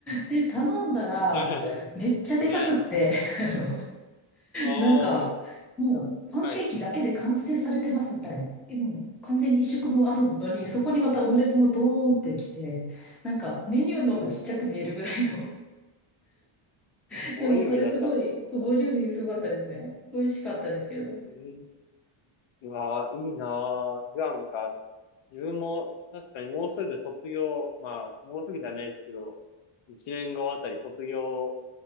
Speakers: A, in the centre; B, on the left (about 65°).
A: で、頼んだら、
B: はいはいはい。
A: めっちゃでかくって、
B: はい。
A: <laughs> あ
B: おー、
A: のなんか、もう、
B: いや、
A: パンケーキだけで完成されてますみたいな。
B: はい。
A: えもう完全に一食分あるのに、そこにまたオムレツもドーンってきて、なんかメニューの方がちっちゃく見えるぐらいの。
B: おー、
A: <laughs>
B: ボリューミーだったんですよ、
A: でもそれすごい、
B: そんな。
A: ボリューミーすごかったですね。美味しかったですけど。
B: うんうわー、いいなー。グアムか。自分も、確かにもうすぐ卒業、まあ、もうすぐではないですけど、一年後あたり卒業